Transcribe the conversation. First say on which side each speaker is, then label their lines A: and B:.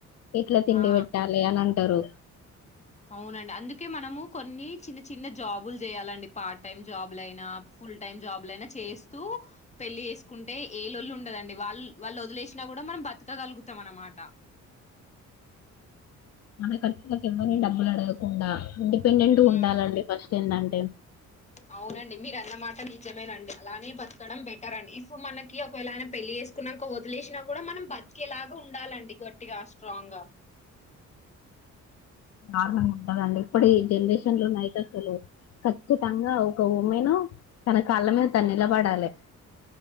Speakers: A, on the left; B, on the left.
A: ఎట్లా తిండి
B: ఆ
A: పెట్టాలే అని అంటారు
B: అవునండి అందుకే మనము కొన్ని చిన్న చిన్న జాబులు చేయాలండి పార్ట్ టైమ్ జాబ్ బ్లాయ్నా ఫుల్ టైమ్ జాబ్ లైనా చేస్తూ పెళ్లి చేసుకుంటే ఏ లొల్లి ఉండదండి వాళ్ వాళ్ళు వలేసినా కూడా మనం బత్ తుక గలుగుతాం అన్నమాట
A: మన ఖర్చలకు ఎవ్వరని డబ్బులు అడగకుండా ఇండిపెండెంట్గా ఉండాలండి
B: ఉమ్
A: ఫస్ట్ ఏంటంటే
B: అవునండి మీరు అన్నమాట నిజమే అండి అలానే పతడం బెటర్ అండి ఇఫ్ మనకి ఒకవలానా పెళ్లి వేసుకున్నాక వదిలేసినా కూడా మనం బత్ తికేలాగా ఉండాలండి గట్టిగా స్ట్రాంగ్ గా
A: దారుణంగా ఉంటదండి ఇప్పుడు ఈ జనరేషన్ లో నైతే అసలు ఖచ్చితంగా ఒక ఉమెను తన కాళ్ళ మీద తను నిలబడాలే